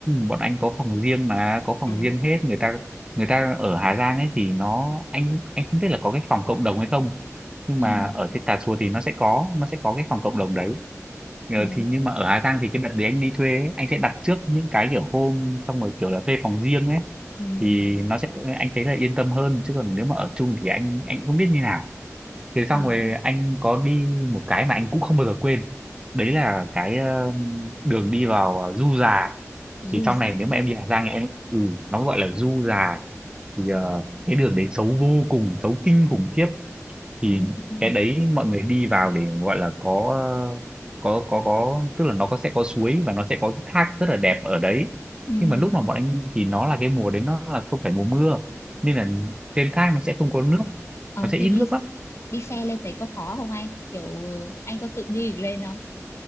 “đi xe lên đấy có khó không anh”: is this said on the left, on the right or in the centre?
Left